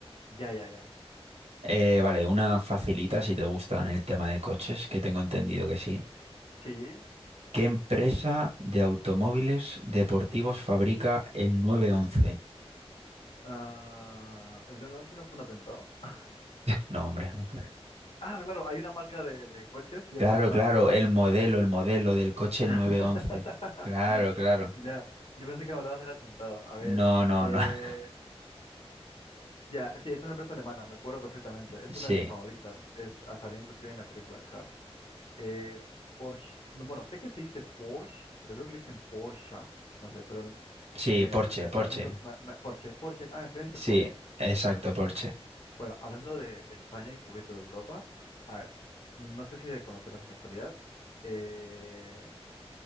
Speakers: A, on the left; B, on the right.
A: Ya, ya, ya.
B: Eh, vale, una facilita si te gustan el tema de coches,
A: No.
B: que tengo entendido que sí.
A: Sí.
B: ¿Qué empresa de automóviles deportivos fabrica el nueve once
A: Ah, ¿el 911 no fue un atentado? <laughs>
B: No, hombre, no.
A: Ah, claro, hay una marca de, de coches y
B: Claro,
A: es alemán.
B: claro, el modelo, el modelo del coche, el
A: <laughs>
B: nueve once Claro, claro.
A: Ya, yo pensé que hablabas del atentado. A ver,
B: No, no,
A: eh,
B: no. <laughs>
A: ya, sí, es una empresa alemana, me acuerdo perfectamente. Es
B: Sí,
A: una de mis favoritas. Es, ah, salió inclusive en la película Cars. Eh, Porsche, no, bueno, sé que se dice Porsche, pero creo que le dicen Porsche, no sé, pero m-
B: sí,
A: me,
B: Porsche,
A: me, me,
B: Porsche.
A: me arriesgo, me- me- Porsche, Porsche, ah, en España le dicen
B: Sí,
A: Porsche.
B: exacto, Porsche.
A: Bueno, hablando de, de España y un poquito de Europa, a ver, no sé si de conocerás de casualidad, eh,